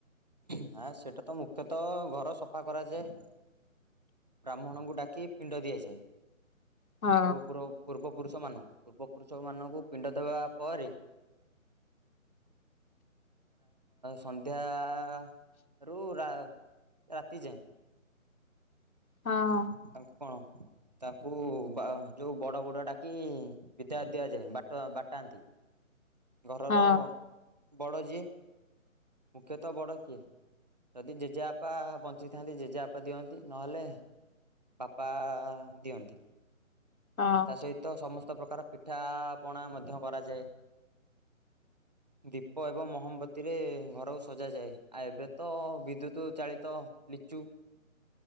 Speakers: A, on the right (about 30°); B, on the left (about 85°).
A: ହ ସେଇଟା ତ ମୁଖ୍ୟତଃ ଘର ସ ସଫା କରାଯାଏ ବ୍ରାହ୍ମଣଙ୍କୁ ଡାକି ପିଣ୍ଡ ଦିଆଯାଏ।
B: ହଁ
A: ପୂର୍ବ ପୁର ପୂର୍ବ ପୁରୁଷ ମାନଙ୍କୁ ପୂର୍ବ ପୁରୁଷ ମାନଙ୍କୁ ପିଣ୍ଡ ଦେବା ପରେ ସନ୍ଧ୍ୟା ଆ ରୁ ରାତି ଯାଏଁ ।
B: ହଁ
A: ହୁଁ ଆଉ କଣ ତାଙ୍କୁ ଯୋଉ ବଡ ବଡ ଡାକି ବିଦା ଦିଆଯାଏ। ବାଟ ବାଟାନ୍ତି ଘରର
B: ହଁ
A: ବଡ଼ ଯିଏ ମୁଖ୍ୟତଃ ବଡ଼ କିଏ ଯଦି ଜେଜେବାପା ବଞ୍ଚିଥାନ୍ତି ଜେଜେବାପା ଦିଅନ୍ତି ।ନହେଲେ ବାପା ଦିଅନ୍ତି।
B: ହଁ
A: ତା ସହିତ ସମସ୍ତ ସତ ପ୍ରକାର ପିଠାପଣା ମଧ୍ୟ କରାଯାଏ ।ଦୀପ ଏବଂ ମହମବତୀରେ ଘରକୁ ସଜାଯାଏ। ଆଉ ଏବେ ତ ବିଦ୍ୟୁତ ଚାଳିତ ଲିଚୁ